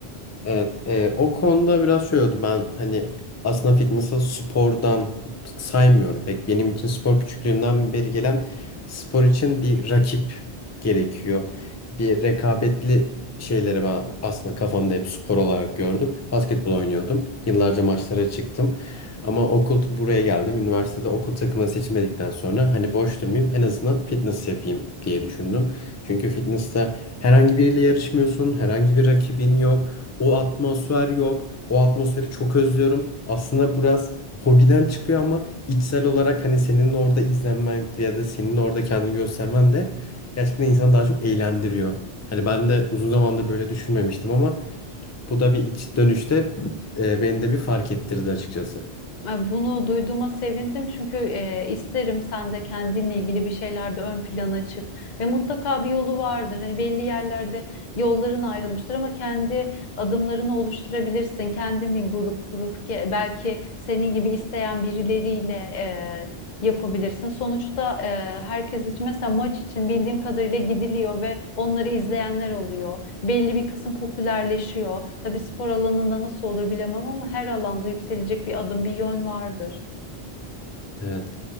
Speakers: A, on the left; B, on the left.
A: Evet, e, o konuda biraz şey oldu. Ben hani aslında fitness'ı spordan saymıyorum. Pek benim için spor küçüklüğümden beri gelen spor için bir rakip gerekiyor. Bir rekabetli şeyleri ben aslında kafamda hep spor olarak gördüm. Basketbol oynuyordum. Yıllarca maçlara çıktım. Ama okul buraya geldim. Üniversitede okul takımı seçmedikten sonra hani boş durmayayım en azından fitness yapayım diye düşündüm. Çünkü fitness'te herhangi biriyle yarışmıyorsun. Herhangi bir rakibin yok. O atmosfer yok. O atmosferi çok özlüyorum. Aslında biraz hobiden çıkıyor ama içsel olarak hani senin de orada izlenmen ya da senin orada kendini göstermen de gerçekten insanı daha çok eğlendiriyor. Hani ben de uzun zamandır böyle düşünmemiştim ama bu da bir iç dönüşte e, beni de bir fark ettirdi açıkçası.
B: E, Bunu duyduğuma sevindim çünkü e, isterim sen de kendinle ilgili bir şeylerde ön plana çık ve mutlaka bir yolu vardır. Hani belli yerlerde yolların ayrılmıştır ama kendi adımlarını oluşturabilirsin. Kendin bir grup kurup ke- belki senin gibi isteyen birileriyle e, yapabilirsin. Sonuçta e, herkes için mesela maç için bildiğim kadarıyla gidiliyor ve onları izleyenler oluyor belli bir kısım popülerleşiyor. Tabii spor alanında nasıl olur bilemem ama her alanda yükselecek bir adım, bir yön vardır.
A: Evet.